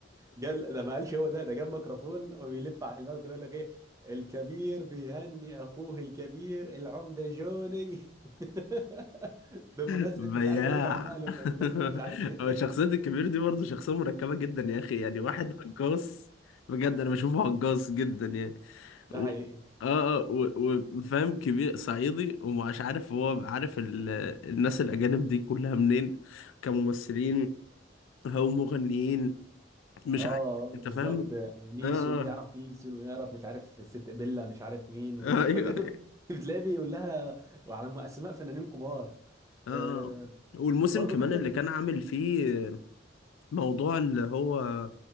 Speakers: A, on the right (about 15°); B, on the left (about 80°).
A: جال ده ما قالش هو ده ده جاب ميكروفون وبيلف على البلد كله يقول لك ايه الكبير بيهني اخوه الكبير العمده جوني <laughs> بمناسبه
B: بياع
A: مش عارف عيد العمال ولا بمناسبه
B: <laughs>
A: مش عارف ايه
B: هو شخصية الكبير دي برضه شخصية مركبة جدا يا أخي يعني واحد هجاص بجد أنا بشوفه هجاص جدا يعني.
A: <laughs> ده
B: و...
A: حقيقي
B: اه اه و- وفاهم كبير صعيدي ومش عارف هو عارف ال... الناس الأجانب دي كلها منين كممثلين أو مغنيين مش
A: اه
B: عارف
A: آه، بالظبط
B: أنت فاهم؟
A: نيسون
B: اه اه
A: يعرف نيسون ويعرف مش عارف ست بيلا مش عارف مين و-
B: آه، <laughs>
A: <laughs> ولقيته
B: ايوه
A: بتلاقيه بيقول لها وعلى اسماء فنانين كبار
B: اه
A: آه،
B: آه. والموسم
A: برضه
B: كمان
A: فكره
B: اللي كان عامل فيه موضوع اللي هو